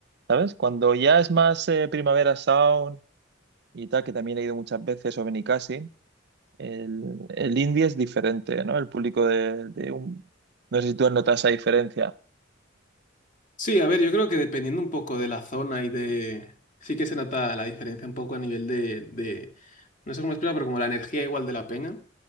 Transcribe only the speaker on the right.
¿sabes? Cuando ya es más eh, Primavera Sound y tal, que también he ido muchas veces, o Benicassim. El, el indie es diferente, ¿no? El público de, de un... No sé si tú notas esa diferencia.